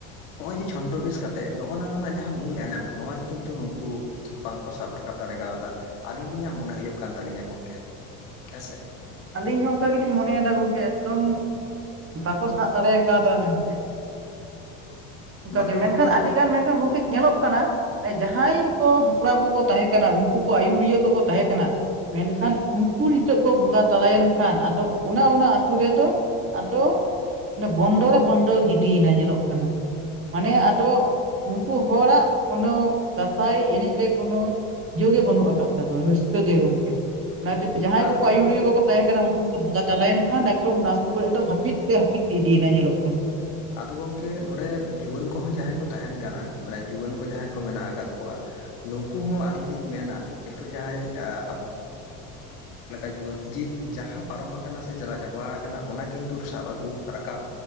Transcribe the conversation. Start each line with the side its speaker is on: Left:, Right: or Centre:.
Left: ᱦᱚᱜᱼᱚᱭ ᱡᱮ ᱪᱷᱚᱸᱱᱫᱚ ᱵᱮᱥ ᱠᱟᱛᱮᱜ ᱱᱚᱜᱼᱱᱟᱜ ᱨᱮᱱᱟᱜ ᱡᱟᱦᱟᱸ ᱢᱩᱞ ᱮᱱᱮᱢ ᱱᱚᱣᱟ ᱜᱮ ᱠᱤᱱᱛᱩ ᱱᱩᱠᱩ ᱵᱟᱝᱠᱚ ᱥᱟᱵ ᱨᱟᱠᱟᱵ ᱫᱟᱲᱮ ᱠᱟᱣᱫᱟ ᱟᱹᱞᱤᱧ ᱞᱤᱧᱟᱜ ᱢᱚᱱᱮ ᱦᱩᱭᱩᱜ ᱠᱟᱱ ᱛᱟᱞᱤᱧᱟ ᱜᱚᱢᱠᱮ ᱦᱮᱸᱥᱮ
Right: ᱟᱹᱞᱤᱧ ᱦᱚᱸ ᱚᱱᱠᱟ ᱜᱮᱞᱤᱧ ᱢᱚᱱᱮᱭᱮᱫᱟ ᱜᱚᱢᱠᱮ ᱮᱠᱫᱚᱢ ᱵᱟᱠᱚ ᱥᱟᱵ ᱫᱟᱲᱮ ᱠᱟᱣᱫᱟ ᱢᱮᱱᱛᱮ ᱚᱱ ᱠᱟᱜᱮ
Left: ᱵᱟᱠᱷᱟᱱ
Right: ᱢᱮᱱᱠᱷᱟᱱ
Left: ᱫᱚ ᱜᱚᱢᱠᱮ
Right: ᱟᱹᱰᱤ.
Left: ᱦᱮᱸ
Right: ᱜᱟᱱ ᱢᱮᱱᱠᱷᱟᱱ ᱜᱚᱢᱠᱮ ᱧᱮᱞᱚᱜ ᱠᱟᱱᱟ ᱡᱟᱦᱟᱸᱭ <unintelligible> ᱦᱟᱯᱲᱟᱢ ᱠᱚ ᱠᱚ ᱛᱟᱦᱮᱸ ᱠᱟᱱᱟ ᱩᱱᱠᱩ ᱠᱚ ᱟᱹᱭᱩᱨᱤᱭᱟᱹ ᱠᱚ ᱠᱚ ᱛᱟᱦᱮᱸ ᱠᱟᱱᱟ ᱢᱮᱱᱠᱷᱟᱱ ᱩᱱᱠᱩ ᱱᱤᱛᱚᱜ ᱠᱚ ᱵᱚᱸᱜᱟ ᱛᱟᱞᱟᱭᱮᱱ ᱠᱷᱟᱱ ᱟᱫᱚ ᱚᱱᱟ ᱚᱱᱟ ᱟᱹᱛᱩ ᱨᱮ ᱫᱚ ᱟᱫᱚ ᱚᱰᱮ ᱵᱚᱱᱫᱚ ᱨᱮ ᱵᱚᱱᱫᱚ ᱜᱤᱰᱤᱭᱮᱱᱟ ᱧᱮᱞᱚᱜ ᱠᱟᱱᱟ ᱢᱟᱱᱮ ᱟᱫᱚ ᱱᱩᱠᱩ ᱦᱚᱲᱟᱜ ᱠᱚᱱᱳ ᱫᱟᱸᱥᱟᱭ ᱮᱱᱮᱡ ᱨᱮ ᱠᱚᱱᱳ ᱤᱭᱟᱹ ᱜᱮ ᱵᱟᱹᱱᱩᱜ ᱟᱠᱟᱫ ᱛᱟᱠᱚᱣᱟ ᱨᱟᱹᱥᱠᱟᱹ ᱜᱮ ᱜᱚᱢᱠᱮ ᱚᱱᱟ ᱠᱷᱟᱹᱛᱤᱨ ᱡᱟᱦᱟᱸᱭ
Left: ᱟᱨ
Right: ᱠᱚ
Left: ᱜᱚᱢᱠᱮ
Right: ᱠᱚ ᱟᱹᱭᱩᱨᱤᱭᱟᱹ ᱠᱚ ᱠᱚ ᱛᱟᱦᱮᱸ ᱠᱟᱱᱟ ᱩᱱᱠᱩ ᱠᱚ ᱵᱚᱸᱜᱟ ᱛᱟᱞᱟᱭᱮᱱ ᱠᱷᱟᱱ ᱮᱠᱚᱫᱚᱢ ᱚᱱᱟ ᱟᱹᱛᱩ ᱠᱚ ᱨᱮ ᱫᱚ ᱦᱟᱹᱯᱤᱫ ᱜᱮ ᱦᱟᱹᱯᱤᱫ ᱤᱫᱤᱭᱮᱱᱟ ᱧᱮᱞᱚᱜ ᱠᱟᱱᱟ
Left: ᱟᱫᱚ ᱜᱚᱢᱠᱮ ᱱᱚᱸᱰᱮ ᱡᱩᱣᱟᱹᱱ ᱠᱚᱦᱚᱸ ᱡᱟᱦᱟᱸᱭ ᱠᱚ ᱛᱟᱦᱮᱱ ᱠᱟᱱᱟ ᱢᱟᱱᱮ ᱡᱩᱣᱟᱹᱱ ᱠᱚ ᱡᱟᱦᱟᱸᱭ ᱠᱚ ᱢᱮᱱᱟᱜ ᱟᱠᱟᱫ ᱠᱚᱣᱟ ᱱᱩᱠᱩ ᱦᱚᱸ ᱟᱹᱞᱤᱧ ᱞᱤᱧ ᱢᱮᱱᱟ ᱱᱤᱛᱚᱜ ᱡᱟᱦᱟᱸᱭ ᱟ ᱞᱮᱠᱟ ᱡᱩᱭᱟᱹᱱ ᱡᱤ ᱡᱟᱦᱟᱸ ᱯᱟᱨᱚᱢ ᱟᱠᱟᱱᱟ ᱥᱮ ᱪᱟᱞᱟ ᱪᱟᱵᱟᱣ ᱠᱟᱱᱟ ᱚᱱᱟ ᱠᱤᱱᱛᱩ ᱥᱟᱵ ᱟᱹᱜᱩ ᱨᱟᱠᱟᱵ